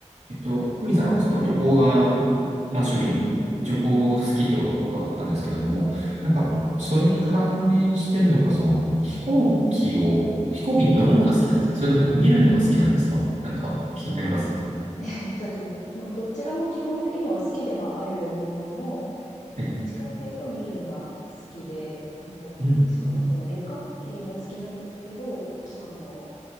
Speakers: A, on the right; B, on the left.
A: えっと、久美さん、その旅行が、まあ趣味、旅行好きってことを伺ったんですけども、なんか、それに関連してるのか、その飛行機を、飛行機に乗るのが好きなんですかそれとも見るのが好きなんですかなんか気になります。
B: ああ、<laughs> えっとですね。まあ、どちらも基本的には好きではあるものの、
A: はい。
B: どっちかっていうと見るのが好きで、うんと、
A: うん。
B: しかもその旅客機も好きなんですけど、あの、